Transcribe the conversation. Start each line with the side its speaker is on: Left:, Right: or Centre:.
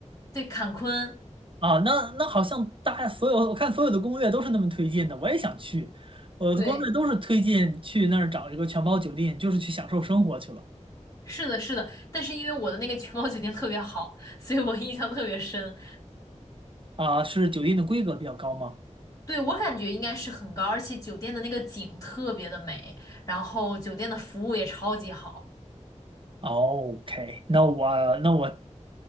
Left: 对，坎昆，
Right: 啊，那那好像大家所有我看所有的攻略都是那么推荐的，我也想去，我的攻略都是推荐去那儿找一个全包酒店，
Left: 对，
Right: 就是去享受生活去了。
Left: 是的，是的。但是因为我的那个全包酒店特别好，所以我印象特别深。
Right: 啊，是酒店的规格比较高吗
Left: 对，我感觉应该是很高，而且酒店的那个景特别的美，然后酒店的服务也超级好。
Right: ？OK，那我那我